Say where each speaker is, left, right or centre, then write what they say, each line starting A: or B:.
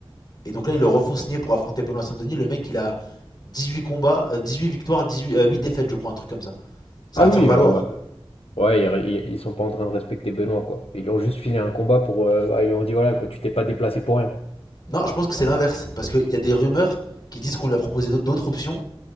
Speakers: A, on the left (about 45°); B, on the left (about 80°).
A: Et donc là, ils le refont signer pour affronter Benoît Saint-Denis. Le mec, il a 18 combats, euh, huit victoires, 18, euh, 8 défaites, je crois, un truc comme ça. Ça
B: Ah
A: va
B: oui,
A: faire valoir.
B: euh, ouais, Ouais, ils, ils- ils sont pas en train de respecter Benoît, quoi. Ils lui ont juste filé un combat pour. euh, bah, ils lui ont dit, voilà, quoi, tu t'es pas déplacé pour rien.
A: Non, je pense que c'est l'inverse. Parce qu'il y a des rumeurs qui disent qu'on lui a proposé d'autres- d'autres options,